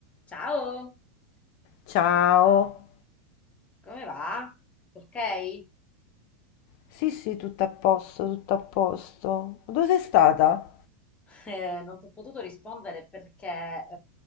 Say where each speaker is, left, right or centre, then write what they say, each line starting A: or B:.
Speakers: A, on the left; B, on the left.
A: Ciao,
B: Ciao.
A: come va? Tutto ok?
B: Sì, sì, tutto a posto, tutto a posto. Dove sei stata?
A: Eh, non ti ho potuto rispondere perché eh,